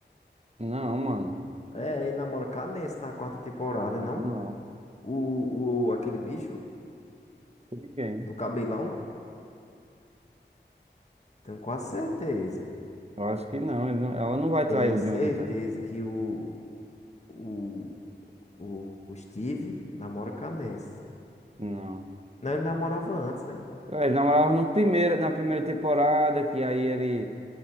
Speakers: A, on the right; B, on the left.
A: Não, mano.
B: É, ele namora com a Nancy na quarta temporada,
A: Não,
B: não?
A: não,
B: O, o, aquele bicho
A: com ninguém.
B: do cabelão? Tenho quase certeza.
A: Eu acho que não, ele não- ela não vai trair
B: Tenho
A: o
B: certeza
A: Jonathan.
B: que o, o, o, o Steve namora com a Nancy.
A: Não.
B: Não, ele namorava antes, né?
A: É, Ele namorava no primeiro, na primeira temporada, que aí ele,